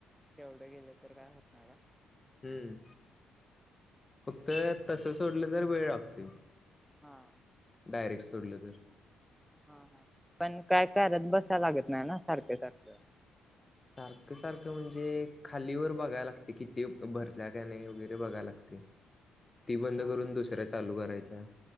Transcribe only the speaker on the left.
हम्म फक्त तस सोडलं तर वेळ लागतेो
डायरेक्ट सोडलं तर
सारखं सारखं म्हणजे खालीवर बघाय लागते किती भरल्या काय नाही वगैरे बघाय लागते ती बंद
करून दुसऱ्या चालू करायच्या